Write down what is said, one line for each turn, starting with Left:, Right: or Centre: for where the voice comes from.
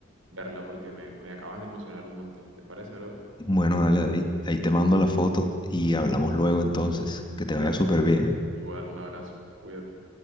Right: verla porque me, me acabas de emocionar un montón. ¿Te parece, brother?
Left: Bueno, dale, David, ahí te mando la foto y hablamos luego entonces. Que te
Right: Dale,
Left: vaya súper
Right: hermano.
Left: bien. ¿eh?
Right: Igual, un abrazo. Cuídate.